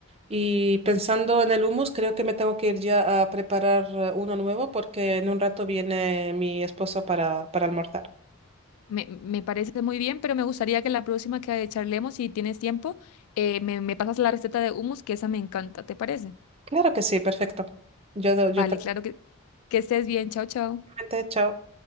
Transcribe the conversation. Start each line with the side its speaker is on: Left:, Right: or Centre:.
Right: Y pensando en el hummus, creo que me tengo que ir ya a preparar eh, uno nuevo porque en un rato viene mi esposo para, para almorzar.
Left: Me, me parece muy bien, pero me gustaría que la próxima que charlemos, si tienes tiempo, eh, me, me pasas la receta de hummus, que esa me encanta, ¿te parece?
Right: Claro que sí, perfecto. Yo, do-
Left: Vale,
Right: yo te lo
Left: claro que, que estés bien. Chao, chao.
Right: comenté, chao.